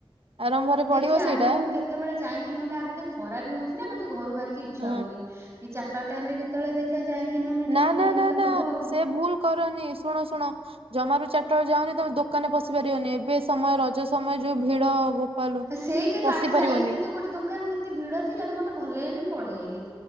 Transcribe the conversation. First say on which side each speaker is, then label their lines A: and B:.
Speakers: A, on the right (about 80°); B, on the right (about 30°).
A: ଆରମ୍ଭରେ
B: ଦେଖିଆ
A: ପଡ଼ିବ ସେଇଟା।
B: ମୁଁ କେତେବେଳେ ଯାଇକି ନହେଲେ ଆ ଭିତେ ଖରା ବି ହଉଛିି ମତେ ଘରୁ ବାହାରିକି ଇଛ
A: ହଁ
B: ହଉନି ଚାଟା ଟାଇମରେ କେ କେତେଳେ ଦେଖିବା ଯାଇକି ନହେଲେ ଟିକେ
A: ନା ନା
B: କିଣିନେଲେ
A: ନା ନା
B: ହବ ଆଉ।
A: ସେ ଭୁଲ କରନି ଶୁଣ ଶୁଣ। ଜମାରୁ ଚାରିଟା ବେଳେ ଯାଉନି ତମେ ଦୋକାନରେ ପଶି ପାରିବନି ଏବେ ସମୟ ରଜ ସମୟ ଯୋଉ ଭିଡ। ବୋପାଲୋ
B: ସେଇପାଇଁ ତ
A: ପଶି
B: ଆଜି
A: ପାରିବନି
B: ଯାଇଥିଲି ତ ଗୋଟେ ଦୋକାନକୁ ଏତେ ଭିଡ ଥିଲା ତ ମତେ ଭଲ ହେଇନି ମୁଁ ପଳେଇ ଯାଇଲି।